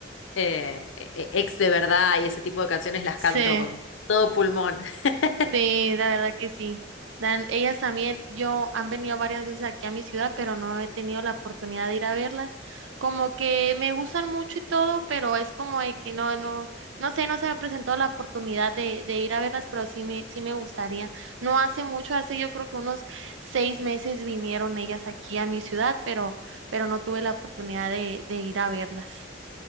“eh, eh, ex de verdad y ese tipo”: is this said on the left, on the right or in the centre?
Left